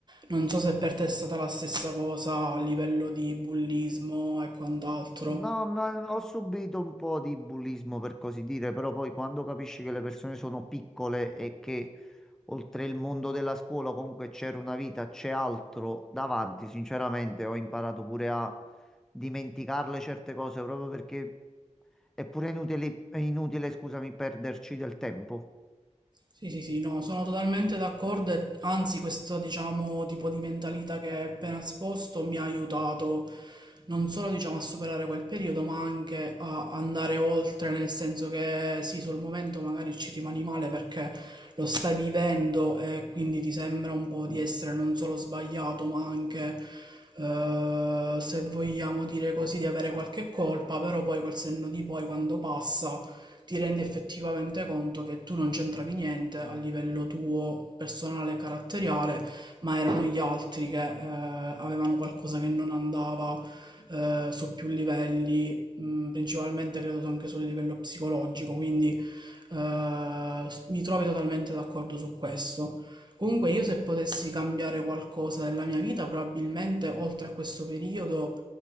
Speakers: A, on the right; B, in the centre.
A: Non so se per te è stata la stessa cosa a livello di bullismo e quant'altro.
B: No, ma ho subito un po' di bullismo per così dire, però poi quando capisci che le persone sono piccole e che oltre il mondo della scuola, comunque c'era una vita, c'è altro davanti. Sinceramente, ho imparato pure a dimenticarle certe cose proprio perché è pure inutile, è inutile, scusami, perderci del tempo.
A: Sì, sì, sì, no, sono totalmente d'accordo e anzi questo, diciamo, tipo di mentalità che hai appena esposto mi ha aiutato non solo, diciamo, a superare quel periodo, ma anche a andare oltre, nel senso che sì, sul momento magari ci rimani male perché lo stai vivendo e quindi ti sembra un po' di essere non solo sbagliato, ma anche, eh, se vogliamo dire così, di avere qualche colpa, però poi col senno di poi, quando passa ti rendi effettivamente conto che tu non c'entravi niente a livello tuo personale e caratteriale, ma erano gli altri che eh, avevano qualcosa che non andava eh, su più livelli, mh, principalmente credo anche sul livello psicologico, quindi eh, mi trovi totalmente d'accordo su questo. Comunque io se potessi cambiare qualcosa della mia vita, probabilmente oltre a questo periodo